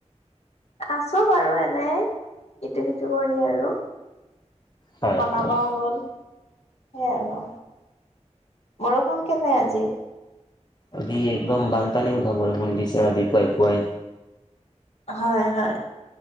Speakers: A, on the left; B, on the left.
A: আছোঁ বাৰু এনেই ইটো সিটো কৰি আৰু।
B: হয়
A: বনাব
B: হয়
A: হ'ল সেই আৰু। বৰষুণ কেনে আজি?
B: আজি একদম বানপানী উঠা বৰষুণ দিছে ৰাতি পুৱাই পুৱাই।
A: হয় হয়।